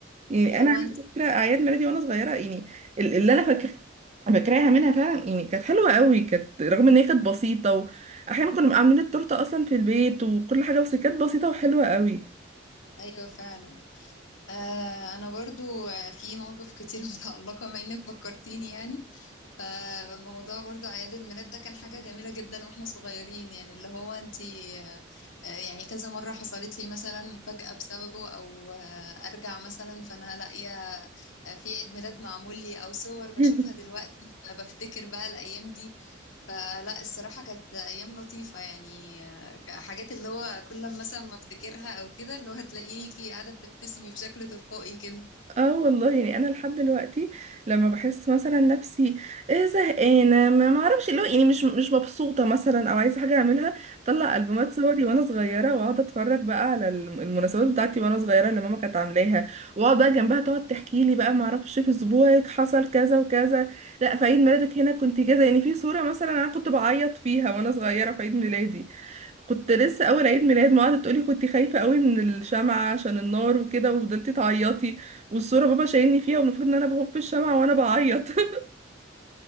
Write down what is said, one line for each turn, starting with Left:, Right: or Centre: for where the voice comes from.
Right: يعني
Left: اللي
Right: انا
Left: هو
Right: على
Left: انت
Right: فكره اعياد ميلادي وانا صغيره يعني ال- اللي انا فاكر فاكراها منها فعلا يعني كانت حلوه قوي كانت رغم ان هي كانت بسيطه واحيانا كنا بنبقى عاملين التورته اصلا في البيت وكل حاجه بس كانت بسيطه وحلوه قوي
Left: ايوه فعلا آه انا برضو آه، في مواقف كتير <laughs> متعلقه بما انك فكرتيني يعني فموضوع برضو اعياد الميلاد ده كان حاجه جميله جدا واحنا صغيرين يعني اللي هو انتي آه، آه، يعني كذا مره حصلت لي مثلا مفاجاه بسببه او آه، ارجع مثلا فانا لاقيه آه، في عيد ميلاد معمول لي او صور بشوفها
Right: <laughs>
Left: دلوقتي فبفتكر بقى الايام دي فلا الصراحه كانت ايام لطيفه يعني حاجات اللي هو كل لما مثلا ما افتكرها او كده اللي هو هتلاقيكي قاعده بتبتسمي بشكل تلقائي كده
Right: اه والله يعني انا لحد دلوقتي لما بحس مثلا نفسي إيه زهقانه ما ما اعرفش اللي هو يعني مش مش مبسوطه مثلا او عايزه حاجه اعملها طلع البومات صوري وانا صغيره واقعد اتفرج بقى على الم- المناسبات بتاعتي وانا صغيره اللي ماما كانت عاملاها واقعد بقى جنبها تقعد تحكي لي بقى ما اعرفش في اسبوعك حصل كذا وكذا لا في عيد ميلادك هنا كنت كذا يعني في صوره مثلا انا كنت بعيط فيها وانا صغيره في عيد ميلادي كنت لسه اول عيد ميلاد ما قعدت تقولي كنت خايفه قوي من الشمعه عشان النار وكده وفضلتي تعيطي والصوره بابا شايلني فيها والمفروض ان انا بخف الشمعه وانا بعيط <laughs>